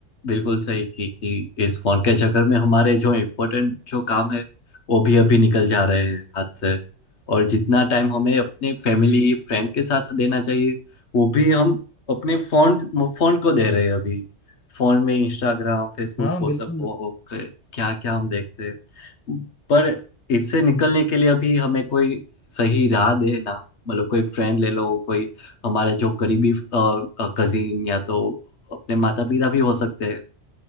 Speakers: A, on the left; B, on the left.
A: बिल्कुल सही की कि इस फोन के चक्कर में हमारे जो इम्पोर्टेंट जो काम है वो भी अभी निकल जा रहे हैं हाथ से और जितना टाइम हमें अपने फैमिली
B: हम्म
A: फ्रेंड के साथ देना चाहिए वो भी हम अपने फोन फोन को दे रहे हैं अभी फोन में इंस्टाग्राम फेसबुक
B: हाँ
A: वो
B: बिल्कुल
A: सब ओ हो क्या क्या हम देखते हैं पर इससे निकलने
B: हम्म
A: के लिए अभी हमें कोई सही राह दे ना मतलब कोई फ्रेंड ले लो कोई हमारे जो करीबी कजिन या तो अपने माता पिता भी हो सकते हैं